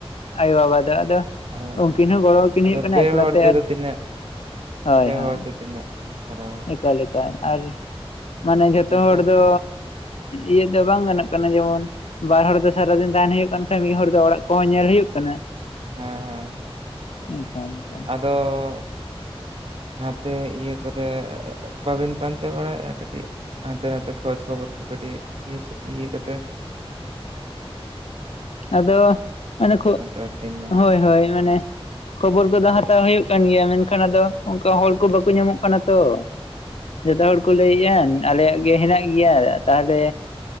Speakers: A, on the left; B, on the right.
A: ᱟᱭᱳ ᱵᱟᱵᱟ ᱫᱟᱜ ᱫᱚ
B: ᱟᱫᱚ
A: ᱩᱱᱠᱤᱱ ᱦᱚᱸ ᱜᱚᱲ ᱟᱠᱤᱱ
B: ᱟᱫᱚ
A: ᱦᱩᱭᱩᱜ ᱠᱟᱱᱟ
B: ᱯᱮ
A: ᱮᱠᱞᱟ
B: ᱦᱚᱲ
A: ᱛᱮ
B: ᱛᱮᱫᱚ
A: ᱟᱨ
B: ᱛᱤᱱᱟᱹᱜ
A: ᱦᱳᱭ
B: ᱯᱮ
A: ᱦᱳᱭ
B: ᱦᱚᱲ ᱛᱮ ᱛᱤᱱᱟᱹᱜ? ᱠᱚᱨᱟᱣᱟ
A: ᱮᱠᱟᱞ ᱮᱠᱟᱞ ᱟᱨ ᱢᱟᱱᱮ ᱡᱷᱚᱛᱚ
B: ᱚᱱᱠᱟ
A: ᱦᱚᱲ ᱫᱚ ᱤᱭᱟᱹ ᱫᱚ ᱵᱟᱝ ᱜᱟᱱᱚᱜ ᱠᱟᱱᱟ ᱡᱮᱢᱚᱱ ᱵᱟᱨ ᱦᱚᱲ ᱫᱚ ᱥᱟᱨᱟᱫᱤᱱ ᱛᱟᱦᱮᱸᱱ ᱦᱩᱭᱩᱜ ᱠᱟᱱ ᱠᱷᱟᱱ ᱢᱤᱫ ᱦᱚᱲ ᱫᱚ ᱚᱲᱟᱜ ᱠᱚᱦᱚᱸ ᱧᱮᱞ ᱦᱩᱭᱩᱜ ᱠᱟᱱᱟ ᱾
B: ᱦᱮᱸ ᱦᱮᱸ ᱾
A: ᱮᱠᱟᱞ ᱮᱠᱟᱞ ᱾
B: ᱛᱚᱻ ᱱᱟᱛᱮ ᱤᱭᱟᱹ ᱠᱚᱨᱮ ᱵᱟᱵᱮᱱ ᱯᱟᱱᱛᱮ ᱵᱟᱲᱟᱭᱮᱜ-ᱟ ᱠᱟᱹᱴᱤᱡ? ᱦᱟᱱᱛᱮ ᱱᱟᱛᱮ ᱠᱷᱚᱡᱽ ᱠᱷᱚᱵᱚᱨ ᱠᱚ ᱠᱟᱹᱴᱤᱡ ᱤᱭᱟᱹ ᱛᱮ ᱤᱭᱟᱹ ᱠᱟᱛᱮ
A: ᱟᱫᱚ ᱢᱟᱱᱮ ᱠᱷᱚ
B: ᱱᱮᱛᱟᱨ ᱫᱤᱱ ᱢᱟ
A: ᱦᱳᱭ ᱦᱳᱭ ᱢᱟᱱᱮ ᱠᱷᱚᱵᱚᱨ ᱠᱚᱫᱚ ᱦᱟᱛᱟᱣ ᱦᱩᱭᱩᱜ ᱠᱟᱱ ᱜᱮᱭᱟ ᱢᱮᱱᱠᱷᱟᱱ ᱟᱫᱚ ᱚᱱᱠᱟ ᱦᱚᱲ ᱠᱚ ᱵᱟᱠᱚ ᱧᱟᱢᱚᱜ ᱠᱟᱱᱟ ᱛᱚ ᱾ ᱡᱚᱛᱚ ᱦᱚᱲ ᱠᱚ ᱞᱟᱹᱭᱮᱜ-ᱟ ᱟᱞᱮᱭᱟᱜ ᱜᱮ ᱦᱮᱱᱟᱜ ᱜᱮᱭᱟ ᱛᱟᱦᱚᱞᱮ